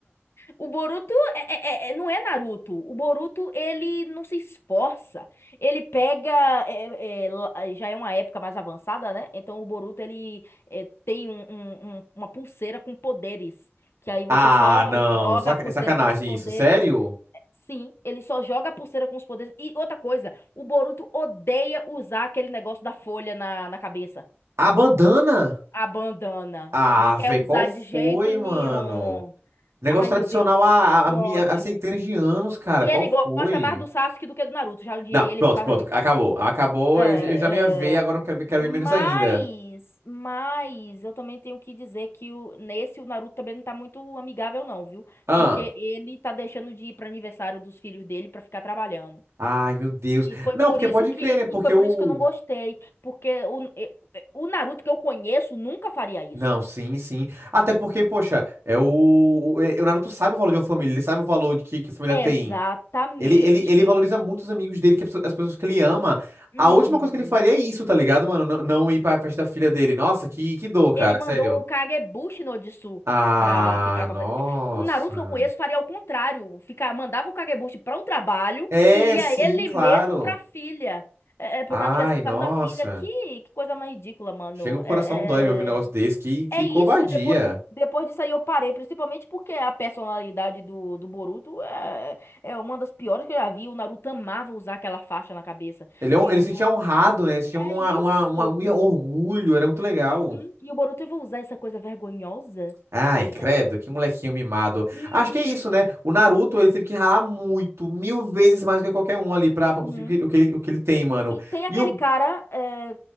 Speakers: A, on the left (about 65°); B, on the right (about 80°).
A: O Boruto é, é- é- é, não é Naruto. O Boruto, ele não se esforça. Ele pega. é- é, lá- já é uma época mais avançada, né? Então o Boruto, ele é, tem um- um- um- uma pulseira com poderes. Que aí você
B: Ah,
A: só
B: não.
A: joga
B: é saca-
A: a pulseira
B: É sacanagem
A: com os poderes.
B: isso, sério?
A: Sim, ele só joga a pulseira com os poderes. E outra coisa, o Boruto odeia usar aquele negócio da folha na, na cabeça.
B: A bandana?
A: A bandana.
B: Ah,
A: Não quer
B: velho,
A: usar
B: qual foi,
A: de jeito nenhum.
B: mano? Negócio
A: Ai,
B: tradicional
A: meu Deus,
B: há, há,
A: que
B: há mi-
A: ódio.
B: há centenas de anos, cara.
A: E
B: Qual
A: ele gosta
B: foi?
A: mais do Sasuke do que do Naruto. Já odiei
B: Não,
A: ele
B: pronto,
A: por causa
B: pronto.
A: disso.
B: Acabou. Acabou.
A: É,
B: Eu, eu já não ia ver, agora
A: é,
B: eu quero ver, quero
A: Mas,
B: ver menos ainda.
A: mas eu também tenho que dizer que o, nesse o Naruto também não tá muito amigável, não, viu?
B: Ah.
A: Porque ele tá deixando de ir para aniversário dos filhos dele para ficar trabalhando.
B: Ai, meu Deus.
A: E foi
B: Não,
A: por
B: porque
A: isso
B: pode
A: que
B: crer, né? Porque
A: e foi por
B: o.
A: isso que eu não gostei, porque o, e- e- o Naruto que eu conheço nunca faria isso.
B: Não, sim, sim. Até porque, poxa, é o, o, é- o Naruto sabe o valor de uma família, ele sabe o valor de que, que a família
A: Exatamente.
B: tem. Ele, ele, ele valoriza muito os amigos dele, que é as pessoas as pessoas que ele ama.
A: Uhum.
B: A última coisa que ele faria é isso, tá ligado, mano? Não, não ir pra festa da filha dele. Nossa, que, que dor, cara,
A: Ele mandou
B: sério.
A: o Kagebushi no Jutsu
B: Ah,
A: pra ficar com
B: nossa.
A: a... fe- O Naruto que eu conheço faria ao contrário, ficar, mandava o Kagebushi para o trabalho
B: É,
A: e ia
B: sim,
A: ele
B: claro.
A: mesmo pra filha. É, é, pro
B: Ai,
A: aniversário
B: nossa.
A: da filha. Que, que coisa mais ridícula, mano.
B: Chega o coração
A: É,
B: dói de ouvir um negócio
A: é,
B: desse. Que, que
A: É isso,
B: covardia.
A: e depois, depois disso aí eu parei, principalmente porque a personalidade do, do Boruto é, é uma das piores que eu já vi. O Naruto amava usar aquela faixa na cabeça.
B: Ele, é um-
A: E
B: ele
A: o
B: se
A: Bo-
B: sentia honrado, né? Ele se tinha
A: É
B: uma,
A: isso.
B: uma, uma- um orgulho, era muito legal.
A: Uhum. E o Boruto vai usar essa coisa vergonhosa.
B: Ai, credo,
A: É,
B: que molequinho mimado.
A: E,
B: Acho que é
A: e-
B: isso, né? O Naruto, ele teve que ralar muito, mil vezes mais do que qualquer um ali pra,
A: uhum.
B: pra conseguir o que, o que ele o que ele tem, mano.
A: E tem aquele
B: E o.
A: cara, é,